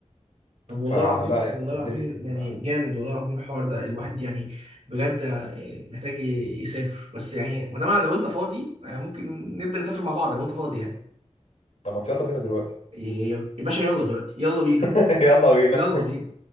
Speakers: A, on the right; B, on the left.
A: طب والله
B: فلا
A: العظيم والله العظيم
B: الدنيا
A: يعني جامد والله العظيم الحوار ده الواحد يعني بجد آه، محتاج يسافر بس يعني ما دام أنا- لو انت فاضي آه، ممكن نبدأ نسافر مع بعض لو انت فاضي يعني
B: طب ما يلا بينا دلوقتي
A: يا يا باشا يلا دلوقتي يلا بينا
B: <laughs> يلا بينا
A: يلا بينا